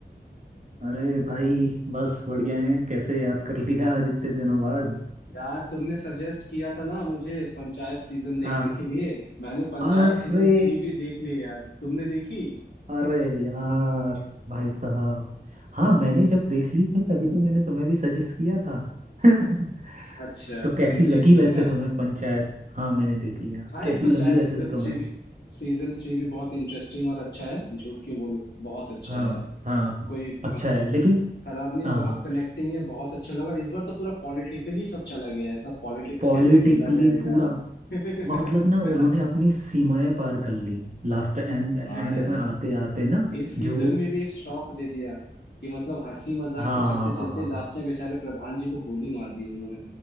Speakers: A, on the right; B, on the left.
A: अरे भाई बस बढ़िया है कैसे याद कर लिया आज इतने दिनों बाद
B: यार तुमने सजेस्ट किया था ना मुझे पंचायत सीजन देखने
A: हाँ
B: के लिए मैंने पंचायत
A: अरे
B: सीजन थ्री भी देख ली यार तुमने देखी
A: अरे यार भाई साहब हाँ मैंने जब देख ली थी तभी तो मैंने तुम्हें भी सजेस्ट किया था <laughs>
B: अच्छा
A: तो कैसी
B: तुमने
A: लगी
B: देख ली
A: वैसे
B: है ना
A: तुम्हें पंचायत हाँ मैंने देख लिया
B: भाई
A: कैसी
B: पंचायत
A: लगी वैसे
B: सीजन
A: तुम्हें
B: थ्री भी सीजन थ्री भी बहुत इंटरेस्टिंग और अच्छा है झूठ क्यों बोलूं बहुत अच्छा
A: हाँ
B: है यार
A: हाँ
B: कोई
A: अच्छा
B: मतलब
A: है लेकिन
B: खराब नहीं
A: हाँ
B: बहुत कनेक्टिंग है बहुत अच्छा लगा और इस बार तो पूरा पॉलिटिकली सब चला गया है सब पॉलिटिक्स
A: पॉलिटिकली
B: कैसे खेला जाएगा
A: पूरा
B: <laughs>
A: मतलब ना
B: है ना
A: उन्होंने अपनी सीमाएं पार कर ली लास्ट एंड
B: वाह
A: एंड
B: यार
A: में आते आते ना
B: इस सीजन
A: जो
B: में भी एक शॉक दे दिया कि मतलब हंसी मजाक
A: हाँ
B: से चलते चलते लास्ट में बेचारे प्रधान जी को गोली मार दी उन्होंने